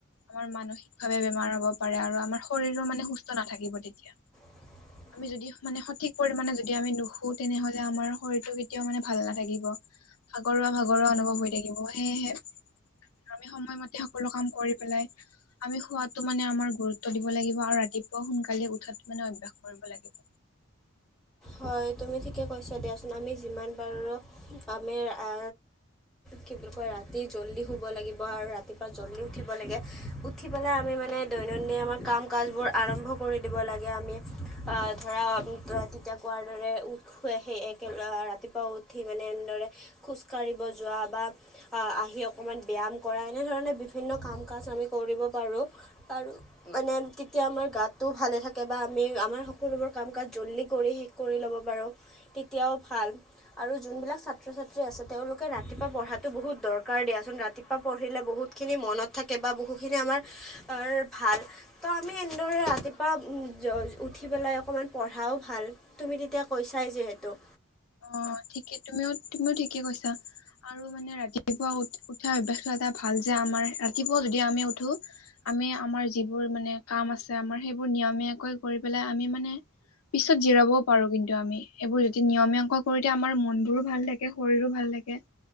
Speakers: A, on the left; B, in the centre.
A: আমাৰ মানসিক ভাৱে বেমাৰ হ'ব পাৰে আৰু আমাৰ শৰীৰো মানে সুস্থ নাথাকিব তেতিয়া।
B: <inaudible>
A: আমি যদি মানে সঠিক পৰিমানে যদি আমি নুশুও তেনেহ'লে আমাৰ শৰীৰটো কেতিয়াও মানে ভাল নাথাকিব। ভাগৰুৱা ভাগৰুৱা অনুভৱ হৈ থাকিব, সেয়েহে আমি সময়মতে সকলো কাম কৰি পেলাই আমি শুৱাটো মানে আমাৰ গুৰুত্ব দিব লাগিব আৰু ৰাতিপুৱা সোনকালে উঠাটো মানে অভ্যাস কৰিব লাগিব।
B: হয় তুমি ঠিকে কৈছা দিয়াচোন, আমি যিমান পাৰো আমি আ কি বুলি কয়, ৰাতি জল্দি শুব লাগিব আৰু ৰাতিপুৱা জল্দি উঠিব লাগে। উঠি পেলাই আমি মানে দৈনন্দিন আমাৰ কাম কাজবোৰ আৰম্ভ কৰি দিব লাগে আমি, আ, ধৰা তেতিয়া কোৱাৰ দৰে উঠ সেই একেল ৰাতিপুৱা উঠি মানে এনেদৰে খোজকাঢ়িব যোৱা বা আহি অকমান ব্যায়াম কৰা, এনেধৰণে বিভিন্ন কাম কাজ আমি কৰিব পাৰোঁ। পাৰোঁ। মানে তেতিয়া আমাৰ গাটোও ভালে থাকে বা আমি আমাৰ সকলোবোৰ কাম কাজ জল্দি কৰি শেষ কৰি ল'ব পাৰোঁ তেতিয়াও ভাল। আৰু যোনবিলাক ছাত্ৰ ছাত্ৰী আছে তেওঁলোকে ৰাতিপুৱা পঢ়াটো বহুত দৰকাৰ দিয়াচোন, ৰাতিপুৱা পঢ়িলে বহুত খিনি মনত থাকে বা বহুখিনি আমাৰ ভাল ত' আমি এনেদৰে ৰাতিপুৱা উঠি পেলাই অকণমান পঢ়াও ভাল। তুমি তেতিয়া কৈছাই যিহেতু।
A: অ' ঠিকে, তুমিও তুমিও ঠিকে কৈছা। আৰু মানে ৰাতিপুৱা উ-উঠা অভ্যাসটো এটা ভাল যে আমাৰ, ৰাতিপুৱা যদি আমি উঠো আমি আমাৰ যিবোৰ মানে কাম আছে আমাৰ সেইবোৰ নিয়মীয়াকৈ কৰি পেলাই আমি মানে পিছত জিৰাবও পাৰোঁ কিন্তু আমি এইবোৰ যদি নিয়মীয়া কৰোঁতে আমাৰ মনবোৰো ভাল থাকে, শৰীৰো ভাল থাকে,